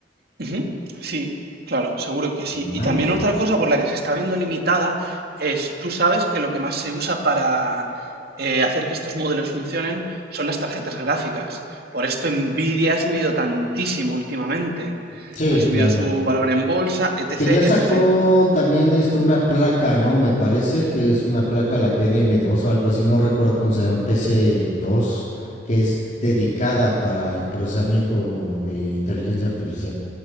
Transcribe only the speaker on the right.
Ujú, Sí, claro, seguro que sí. Y
también otra
cosa por la que se está viendo limitada es, tú sabes que lo que más se usa para eh, hacer que estos modelos funcionen son las tarjetas gráficas. Por esto Nvidia ha subido tantísimo últimamente.
Ha subido
su valor en bolsa, etc,
etc.